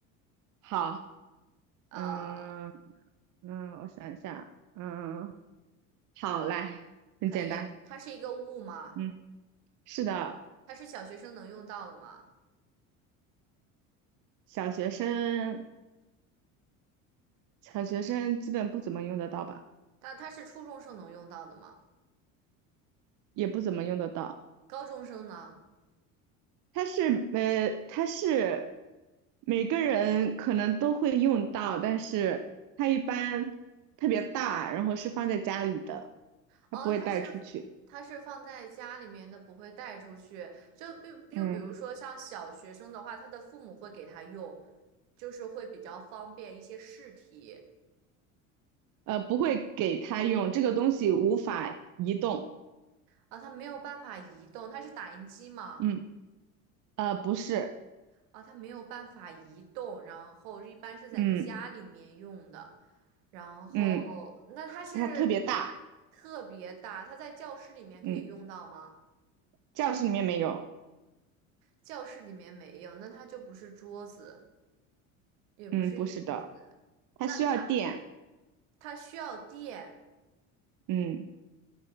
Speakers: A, on the right; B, on the right.
A: <laughs> 好，
B: 呃，
A: 嗯嗯，我想一下，嗯，好，来，很简单。
B: 可以。它是一个物吗？
A: 嗯，是的，
B: 它是小学生能用到的吗？
A: 小学生，小学生基本不怎么用得到吧，
B: 它它是初中生能用到的吗？
A: 也不怎么用得到。
B: 高中生呢？
A: 它是呃，它是每个人可能都会用到，但是它一般特别大，然后是放在家里的，
B: 哦，
A: 它不会带出去，
B: 它是它是放在家里面的，不会带出去。就比就比如说像小学生的话，
A: 嗯
B: 他的父母会给他用，就是会比较方便一些试题
A: 呃，不会给他用，这个东西无法移动，
B: 啊。他没有办法移动，它是打印机吗？
A: 嗯呃，不是，
B: 啊，它没有办法移动，然后一般是在家里面用的，
A: 嗯
B: 然后
A: 嗯，
B: 那它是
A: 它特别大，
B: 特别大，它在教室里面可以用到吗？
A: 嗯，教室里面没有，
B: 教室里面没有，那它就不是桌子，也不是椅子，
A: 嗯，不是的，它需要电，
B: 那它它需要电，
A: 嗯，